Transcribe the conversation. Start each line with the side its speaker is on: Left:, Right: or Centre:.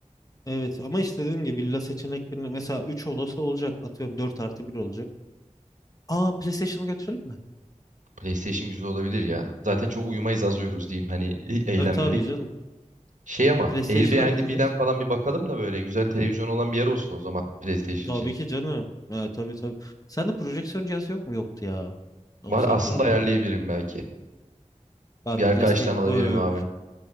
Left: evet ama işte dediğim gibi villa seçeneklerinde mesela 3 odası olacak atıyorum 4 artı bir olacak. Aa PlayStation'ı götürelim mi?
Right: PlayStation güzel olabilir ya. Zaten çok uyumayız az uyuruz diyeyim hani e- eğlenmelik.
Left: E tabii canım.
Right: Şey ama
Left: PlayStation'a
Right: Airbnb'den
Left: götürürüz.
Right: falan bir bakalım da böyle güzel televizyon olan bir yer olsun o zaman PlayStation
Left: Tabii
Right: için.
Left: ki canım. E, tabii tabii. Sende projeksiyon cihazı yok mu? Yoktu ya. Olsa
Right: Var aslında
Left: güzel olurdu.
Right: ayarlayabilirim belki.
Left: Bak
Right: Bir arkadaştan
Left: PlayStation.
Right: alabilirim abi.
Left: Öf.